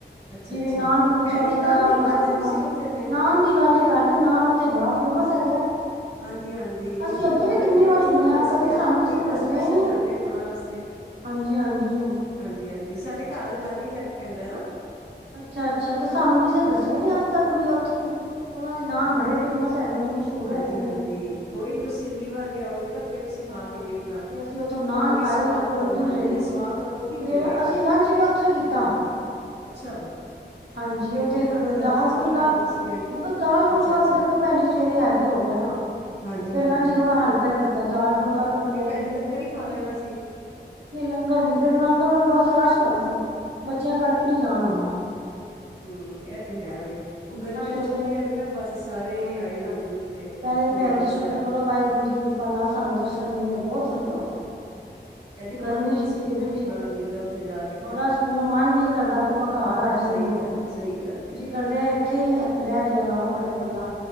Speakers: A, on the left; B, on the right.
A: ਅੱਛਾ
B: ਜਿਵੇਂ
A: ਅੱਛਾ
B: ਨਾਨ ਕੁਲਚਾ
A: ਭੈਣ
B: ਉੱਥੇ
A: ਜੀ ਨਾਨ
B: ਦਾ
A: ਨੀ
B: ਬੜਾ
A: ਖਾਧੇ
B: ਫੇਮਸ
A: ਤੁਸੀਂ ਉੱਥੇ ਦੇ
B: ਨਾਨ ਦੀ ਗੱਲ। ਕਰੀਏ ਨਾਨ ਉੱਥੇ ਬੜਾ ਫੇਮਸ ਹੈਗਾ।
A: ਹਾਂਜੀ ਹਾਂਜੀ। ਜੀ
B: ਅਸੀਂ
A: ਉੱਥੇ
B: ਅੱਗੇ ਵੀ
A: ਬੜੇ
B: ਕਿੰਨੀ
A: ਫੇਮਸ
B: ਵਾਰੀ ਗਏ
A: ਨਾਨ
B: ਹਾਂ
A: ਅਸੀਂ
B: ਕਦੇ ਸਾਨੂੰ
A: ਆਪ
B: ਕਿਸੇ
A: ਕਈ ਵਾਰ
B: ਨੇ ਦੱਸਿਆ
A: ਸਪੈਸ਼ਲ
B: ਹੀ ਨਹੀਂ
A: ਜਾਂਦੇ ਖਾਣ ਵਾਸਤੇ।
B: ਹਾਂਜੀ ਹਾਂਜੀ।
A: ਹਾਂਜੀ-ਹਾਂਜੀ ਸਾਡੇ ਘਰ ਦੇ ਲਾਗੇ ਹੀ ਲੱਗ ਪੈਂਦਾ ਹਨਾ।
B: ਅੱਛਾ ਅੱਛਾ ਤੇ ਸਾਨੂੰ ਕਿਸੇ ਨੇ ਦੱਸਿਆ ਨੀ ਅੱਜ ਤਕ ਵੀ ਉੱਥੇ ਉਹਨਾਂ ਦੇ ਨਾਨ ਬੜੇ ਫੇਮਸ। ਹੈਗੇ ਨੇ ਮਸ਼ਹੂਰ
A: ਹਾਂਜੀ
B: ਹੈਗੇ ਨੇ
A: ਹਾਂਜੀ ਕੋਈ ਨੀ ਤੁਸੀਂ ਅਗਲੀ ਵਾਰ ਵੀ ਆਓਗੇ ਨਾ ਫਿਰ ਤੁਸੀਂ ਖਾ
B: ਹਾਂ
A: ਕੇ ਵੇਖਣਾ
B: ਤੇ ਅਸੀਂ ਉੱਥੋਂ ਨਾਨ
A: ਉਹੀ
B: ਖਾਏ
A: ਸਵਾਦ
B: ਉੱਥੋਂ ਕੋਲਡ
A: ਤੁਹਾਨੂੰ
B: ਡਰਿੰਕ
A: ਹਾਂਜੀ
B: ਲਈ
A: ਹਾਂਜੀ ਸਵਾਦ ਤੁਹਾਨੂੰ ਉਹੀ
B: ਫਿਰ
A: ਮਿਲੇਗਾ।
B: ਅਸੀਂ ਲੰਚ ਵੀ ਉੱਥੋਂ ਕੀਤਾ।
A: ਅੱਛਾ।
B: ਹਾਂਜੀ
A: ਫਿਰ
B: ਉੱਥੇ
A: ਕੀ ਖਾਧਾ ਲੰਚ
B: ਦਾਲ
A: ਚ ਕੀ
B: ਫੁਲਕਾ
A: ਖਾਧਾ ਤੁਸੀਂ ਭੈਣ ਜੀ?
B: ਬਸ ਦਾਲ ਫੁਲਕਾ
A: ਅੱਛਾ-ਅੱਛਾ
B: ਦੇਖੋ ਭੈਣ ਜੀ। ਫੇਰ ਇਹ ਹੇਵੀ ਹੋ ਗਿਆ ਨਾ
A: ਹਾਂਜੀ-ਹਾਂਜੀ
B: ਫਿਰ ਲਂਚ ਥੋੜਾ ਹਲਕਾ ਹੀ ਕੀਤਾ। ਦਾਲ ਫੁਲਕਾ ਤੇ ਪਨੇਨੀ
A: ਫਿਰ ਭੈਣ ਜੀ ਲੰਗਰ ਹੀ ਖਾ ਲੈਣਾ ਸੀ
B: ਨਹੀਂ ਲੰਗਰ ਨੀ ਫੇਰ ਲੰਗਰ ਵਾਲੇ ਪਾਸੇ ਰਸ਼ ਬੜਾ ਸੀ। ਬੱਚਿਆਂ ਕਰਕੇ ਨਹੀਂ ਜਾਣ ਹੁੰਦਾ। ਹ
A: ਹਮ ਇਹ ਤੇ ਹੈ ਵੇ ਉਹ ਗਰਮੀਆਂ ਚ
B: ਉੱਥੇ
A: ਛੁੱਟੀਆਂ ਨੇ ਨਾ ਬਸ ਸਾਰੇ
B: ਹਾਂਜੀ
A: ਹੀ ਆਏ ਹੋ
B: ਹਾਂਜੀ
A: ਜਾਂਦੇ ਨੇ ਉੱਥੇ।
B: ਪਹਿਲੇ ਦੇ
A: ਦਰਬਾਰ
B: ਭੈਣ ਜੀ ਸ਼ੁਕਰ
A: ਸਾਹਿਬ।
B: ਕਰੋ ਵਾਹਿਗੁਰੂ ਦੀ ਕਿਰਪਾ ਨਾਲ ਸਾਨੂੰ ਦਰਸ਼ਨ ਮਿਲੇ ਬਹੁਤ ਵਧੀਆ ਹੋ ਗਏ।
A: ਭੈਣ ਜੀ ਮਨ
B: ਗਰਮੀ
A: ਉੱਤੇ
B: ਚ
A: ਸਕੂਨ
B: ਭੀੜ ਵਿੱਚ
A: ਹੀ ਬੜਾ ਮਿਲਦਾ ਉੱਥੇ ਜਾ ਕੇ
B: ਬੜਾ
A: ਤੇ
B: ਸਕੂਨ ਮਨ ਨੀ ਕਰਦਾ ਵੀ ਆਪਾ ਘਰ ਆ ਜਾਈਏ।
A: ਸਹੀ
B: ਜੀ ਮੁੜ
A: ਗੱਲ
B: ਕੇ
A: ਏ, ਸਹੀ ਗੱਲ ਏ,
B: ਜੀ ਕਰਦੇ ਇੱਥੇ ਹੀ ਰਹਿ ਜ ਆਰਾਮ ਕਰੇ ਬੰਦਾ।